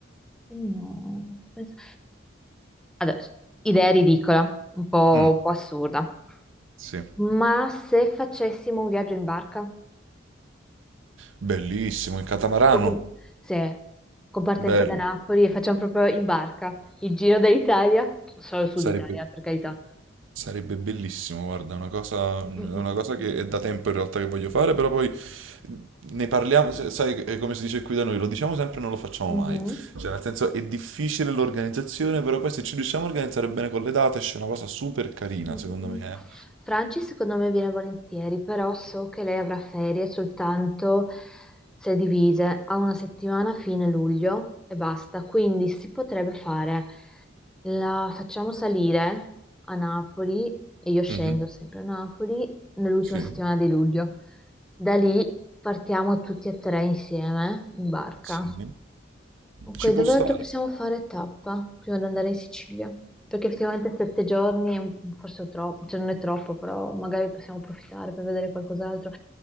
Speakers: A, in the centre; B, on the right (about 85°).
A: no. penso- Adesso, idea ridicola, un po',
B: Mm,
A: un po' assurda.
B: sì,
A: Ma se facessimo un viaggio in barca,
B: bellissimo il catamarano.
A: tipo con, se, con partenza
B: Bello,
A: da Napoli e facciamo proprio in barca il giro d'Italia, solo il sud
B: sarebbe,
A: Italia, per carità.
B: sarebbe bellissimo. Guarda, è una cosa,
A: Mm,
B: è una
A: mm,
B: cosa che
A: mm,
B: è da tempo in realtà che voglio fare, però poi ne parliamo. se- Sai, è come si dice qui da noi, lo diciamo sempre e non lo facciamo
A: mm.
B: mai.
A: Mhm.
B: Cioè, nel senso, è difficile l'organizzazione, però poi se ci riusciamo a organizzare bene con le date, esce una cosa super carina,
A: Mm, mm,
B: secondo
A: mm.
B: me.
A: Franci secondo me viene volentieri, però so che lei avrà ferie soltanto se divise a una settimana a fine luglio e basta, quindi si potrebbe fare, la facciamo salire a Napoli e io scendo
B: eh. Mhm,
A: sempre a Napoli nell'ultima
B: Sì,
A: settimana di luglio. Da lì partiamo tutti e tre insieme in barca.
B: sì,
A: Ok,
B: ci
A: dove
B: può stare.
A: altro possiamo fare tappa prima di andare in Sicilia? Perché effettivamente sette giorni è un- forse è troppo, cioè non è troppo, però magari possiamo approfittare per vedere qualcos'altro.